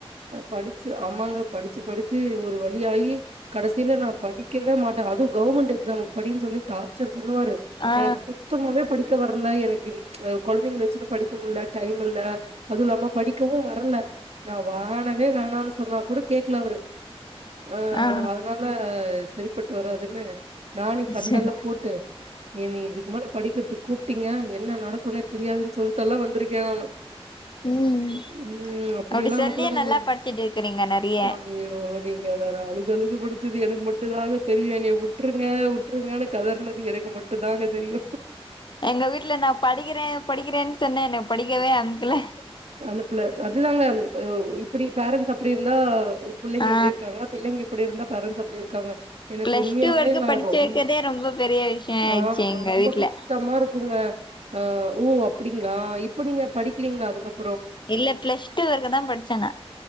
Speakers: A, on the right (about 85°); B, on the left (about 50°).
A: படிச்சு ஆமாங்க படிச்சு படிச்சு ஒரு வழியாயி கடைசில நா படி க்கவே மாட்ட அது கவர்மென்ட் எக்ஸாம்க்கு படினு சொல்லி டார்ச்சர் பண்ணுவாரு
B: ஆ
A: எனக்கு சுத்தமாவே படி க்க வர்ல எனக்கு கொழந்தைங்கள வெச்சுனு படிக்க முல்ல டைம் இல்ல அதுவு இல்லாம படிக்கவு வரல நா வானவே வேணான்னு சொன்னா கூட கேக்கல அவரு அ
B: ஆ
A: அதனால சரிபட்டு வராதுன்னு நானே சண்டெல்லா
B: சரி
A: போட்டு என்னய இதுக்கு மேல படிக்கிறதுக் கூப்ட்டிங்க என்ன நடக்குன்னே தெரியாதுன் சொல்ட்டு எல்லா வந்திருக்கே நானு
B: ம்
A: ம் அப்டியெல்லா
B: அப்டி சொல்லியே
A: அமக்கள பண்ணி
B: நல்லா படிச்சுட்டு இருக்கிறீங்க நெறைய
A: ஐய்யோ டே நீங்க வேற அழுது அழுது படிச்சது எனக்கு மட்டு தாங்க தெரியு என்னய உட்ருங்க உட்ருங்கனு கதர்னது எனக்கு மட்டுந்தாங்க தெரியு
B: எங்க வீட்ல நா படிக்கிறே படிக்கிறேன் சொன்னே என்னைய படிக்கவே அனுப்பல
A: அனுப்புல அதுதாங்க இப்புடி பேரன்ஸ் அப்புடி இருந்தா புள்ளங்க
B: ஆ
A: இப்டி இருக்காங்க புள்ளைங்க இப்டி இருந்தா பேரன்ட்ஸ் அப்டி இருக்காங்க எனக்கு
B: பிளஸ்
A: உண்மையாவேங்க
B: டூ வரைக்கு படிச்சு
A: ரொம்
B: வைக்கதே ரொம்ப பெரிய விஷய ஆயிடுச்சு
A: ஆ
B: எங்க
A: ரொம்ப
B: வீட்ல
A: கஷ்டமா இருக்குங்க அ ஓ அப்டிங்களா இப்ப நீங்க படிக்கலிங்ளா அதுக்கப்
B: இல்ல பிளஸ் டூ வரைக்குந்தா படிச்ச நா